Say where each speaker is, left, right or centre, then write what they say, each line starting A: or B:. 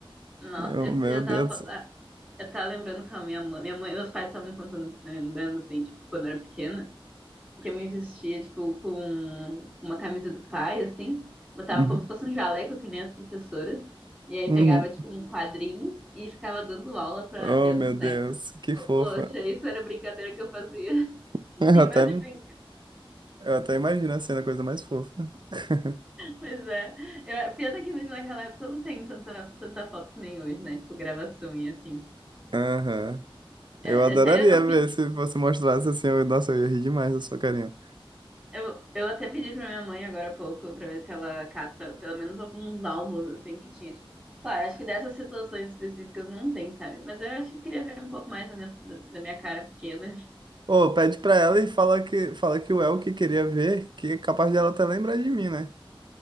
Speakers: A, on the right; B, on the right.
A: nossa,
B: Eu,
A: eu
B: meu
A: já
B: Deus.
A: tava, fal- ah, eu tava lembrando com a minha mãe, minha mãe, meus pais estavam me contando, né, lembrando, assim, tipo, quando eu era pequena, que eu me vestia, tipo, com uma camisa do pai, assim, botava
B: Uhum,
A: como se fosse um jaleco, que nem as professoras, e aí
B: uhum.
A: pegava, tipo, um quadrinho e ficava dando aula para
B: Oh,
A: minhas
B: meu
A: bonecas.
B: Deus, que
A: Pô,
B: fofa.
A: Poxa, isso era brincadeira que eu fazia,
B: <laughs>
A: <laughs>
B: Eu
A: em
B: até,
A: vez de brincar.
B: eu até imagino a cena, a coisa mais fofa. <laughs>
A: Pois é. Eu, pena que naquela época eu não tenho tanta, tanta foto que nem hoje, né? Tipo, gravação e afim.
B: Aham. Eu
A: É,
B: adoraria
A: Até eu,
B: ver
A: pe-
B: se você mostrasse assim. Eu, nossa, eu ia rir demais da sua carinha.
A: Eu, eu até pedi pra minha mãe agora há pouco pra ver se ela cata pelo menos alguns álbuns, assim, que tinha, tipo, claro, acho que dessas situações específicas não tem, sabe? Mas eu acho que eu queria ver um pouco mais da minha, da minha cara pequena. <laughs>
B: Ô, pede pra ela e fala que, fala que o El que queria ver, que é capaz de ela até lembrar de mim, né?